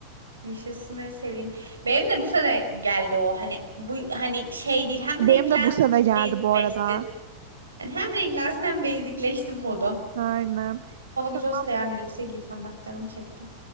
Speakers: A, on the right; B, on the right.
A: Yaşasın en sevdiğim. Benim de bu sene geldi o. Hani bu hani şey değil. Hem
B: Benim
A: renklensin
B: de bu sene geldi
A: hem basicleşsin.
B: bu arada.
A: Hani hem renklensin hem basicleşsin modu.
B: Aynen.
A: Hava güzel
B: Tamam.
A: olsa da yarın elbise giysem bak canım çekti.